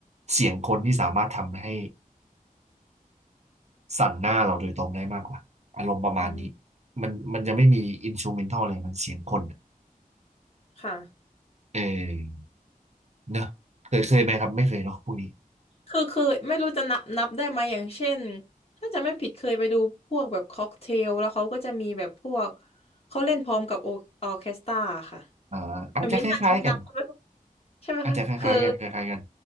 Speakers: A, on the right; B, on the left.
A: เสียงคนที่สามารถทำให้สั่นหน้าเราโดยตรงได้มากกว่าอารมณ์ประมาณนี้
B: อืม
A: มันมันจะไม่มีอินส r ูเมนทัลเลยมันเสียงคนอะ
B: ค่ะ
A: เออเนอะเคยเคยไหมครับไม่เคยเนาะพวกนี้
B: คือคือไม่รู้จะนับนับได้ไหมอย่างเช่นถ้าจะไม่ผิดเคยไปดูพวกแบบค็อกเทลแล้วเขาก็จะมีแบบพวกเขาเล่นพร้อมกับโอออเคสตราค่ะ
A: อ่าอาจจะคล้ายๆกัน
B: แบบนี้น่าจะไม่นับ <laughs> ใช่ไหมคะคือ
A: อาจจะคล้ายๆกันคล้ายๆกัน